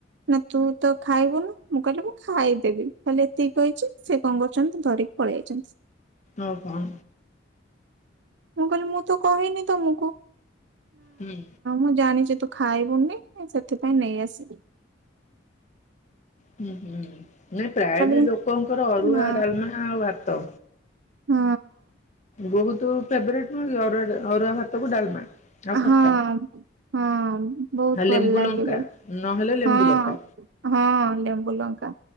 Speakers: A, on the right; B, on the left.
A: ନା ତୁ ତ ଖାଇବୁନୁ। ମୁଁ କହିଲି ମୁଁ ଖାଇଦେବି ଖାଲି ଏତିକି କହିଛି ସେ କଣ କରିଛନ୍ତି ଧରିକି ପଳେଇଆଇଛନ୍ତି।
B: ଆଉ କଣ?
A: ମୁଁ କହିଲି ମୁଁ ତ କହିନି ତମକୁ।
B: ହୁଁ।
A: ମୁଁ ଜାଣିଚି ତୁ ଖାଇବୁନି ସେଥିପାଇଁ ନେଇ ଆସିଲି।
B: ହୁଁ ହୁଁ ନାଇଁ ପ୍ରାୟ
A: କାଲି
B: ବି ଲୋକଙ୍କର ଅରୁଆ
A: ନା
B: ଡାଲମା ଆଉ ଭାତ।
A: ହଁ।
B: ବହୁତ ଫେବରେଟ ନୁହଁ କି ଅରୁଆ ଭାତକୁ ଡାଲମା ଆଉ ଖଟା।
A: ହଁ ହଁ ବହୁତ
B: ହା
A: ଭଲ
B: ଲେମ୍ବୁ
A: ଲାଗେ
B: ଲଙ୍କା
A: ବି।
B: ନହେଲେ ଲେମ୍ବୁ
A: ହଁ
B: ଲଙ୍କା
A: ହଁ ଲେମ୍ବୁ ଲଙ୍କା।